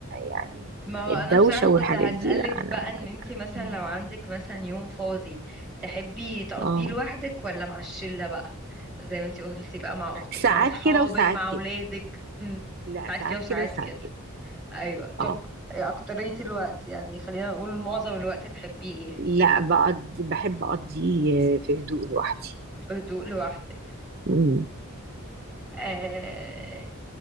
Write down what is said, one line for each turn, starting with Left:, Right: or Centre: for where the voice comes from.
Right: يعني
Centre: ما هو
Right: الدوشه
Centre: انا بصراحة كنت
Right: والحاجات
Centre: هسألك
Right: دي لا
Centre: بقى
Right: انا
Centre: ان انتي مثلا
Right: ما-
Centre: لو عندك مثلا يوم فاضي تحبي تقضيه
Right: اه
Centre: لوحدك ولا مع الشلة بقى زي ما انتي قلتي بقى مع اختك
Right: ساعات
Centre: مع اصحابك
Right: كده وساعات
Centre: مع اولادك
Right: كده
Centre: امم
Right: لا
Centre: ساعات
Right: ساعات
Centre: كده وساعات
Right: كده وساعات
Centre: كده
Right: كده
Centre: ايوه طب
Right: اه
Centre: إيه اكترية الوقت يعني خلينا نقول معظم الوقت تحبيه ايه
Right: لا بقضي بحب اقضي في هدوء لوحدي
Centre: في هدوء لوحدك
Right: مم.
Centre: آه...